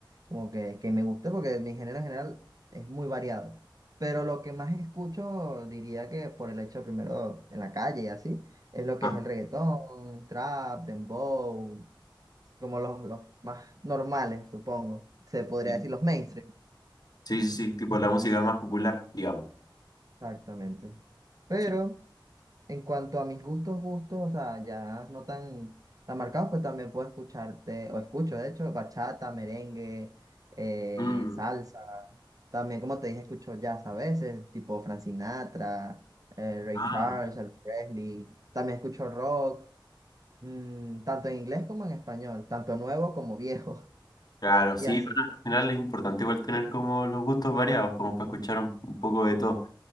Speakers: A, on the right; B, on the left.
A: como que, que me gusta porque mi género en general es muy variado. Pero lo que más escucho, diría que por el hecho primero en la calle y así, es lo
B: Ah,
A: que es el reggaetón, trap, dembow, como los, los más normales, supongo. Se podría
B: bien.
A: decir los mainstream,
B: Sí, sí, sí. Tipo la música más popular, digamos.
A: exactamente. Pero...
B: Sí.
A: En cuanto a mis gustos, gustos, o sea, ya no tan, tan marcados, pues también puedo escucharte, o escucho, de hecho, bachata, merengue, eh,
B: Mm,
A: salsa. También, como te dije, escucho jazz a veces, tipo Frank Sinatra, eh, Ray
B: Ah,
A: Charles, Elvis Presley. También escucho rock, mm, tanto en inglés como en español, tanto nuevo como viejo, <laughs>
B: claro, sí.
A: y así.
B: bueno, al final es importante igual tener como los gustos variados, como para escuchar un, un poco de todo.